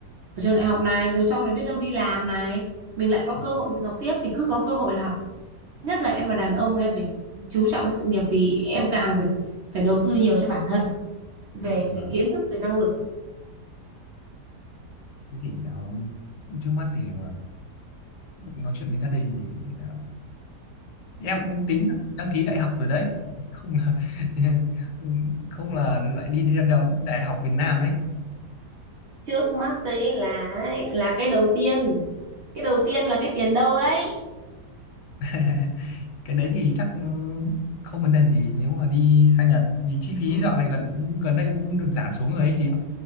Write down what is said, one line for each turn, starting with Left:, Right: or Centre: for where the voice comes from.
Right: ở trường đại học này rồi sau này biết đâu đi làm này mình lại có cơ
Left: vâng,
Right: hội mình học tiếp thì cứ có cơ hội là học nhất là em là đàn ông em phải chú trọng cái sự nghiệp thì em càng phải phải đầu tư nhiều cho bản thân về
Left: vâng.
Right: cái kiến thức về năng lực
Left: thế thì đó, trước mắt thì ờ, nói chuyện với gia đình thì ờ, em cũng tính là đăng ký đại học rồi đấy không là <laughs> không là lại đi theo đạo- đại học Việt Nam đấy
Right: trước mắt đấy là là cái đầu tiên cái đầu tiên là cái tiền đâu đấy
Left: <laughs> cái đấy thì chắc không vấn đề gì nếu mà đi sang Nhật vì chi phí
Right: ừ.
Left: dạo này gần gần đây cũng được giảm xuống rồi ấy chị